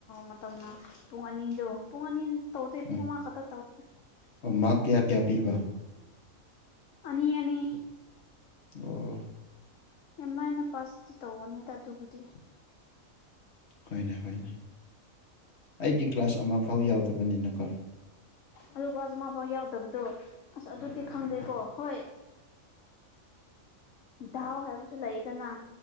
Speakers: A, on the left (about 65°); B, on the left (about 50°).
A: ꯃꯇꯝꯅ ꯄꯨꯡ ꯑꯅꯤꯗꯣ ꯄꯨꯡ ꯑꯅꯤ ꯇꯧꯗ ꯏ
B: ꯎꯝ
A: ꯄꯣ ꯃꯥ ꯈ ꯇꯧꯗꯦ
B: ꯑꯣ ꯃꯥ ꯀꯌꯥ ꯀꯌꯥ ꯄꯤꯕ
A: ꯑꯅꯤ ꯑꯅꯤ
B: ꯑꯣ
A: ꯌꯥꯝ ꯅꯥꯏꯅ ꯄꯥꯁꯇꯤ ꯇꯧꯔꯅꯤꯗ ꯑꯗꯨꯕꯨꯗꯤ
B: ꯍꯣꯏꯅꯦ ꯍꯣꯏꯅꯦ ꯑꯩꯗꯤ ꯀ꯭ꯂꯥꯁ ꯑꯃ ꯐꯥꯎ ꯌꯥꯎꯗꯕꯅꯤꯅꯀꯣ
A: ꯑꯗꯨꯀ ꯑꯁ ꯃꯥꯐꯥꯎ ꯌꯥꯎꯗꯕꯗꯣ ꯑꯁ ꯑꯗꯨꯗꯤ ꯈꯪꯗꯦꯀꯣ ꯍꯣꯏ ꯙꯎ ꯍꯥꯏꯕꯁꯨ ꯂꯩꯌꯦꯗꯅ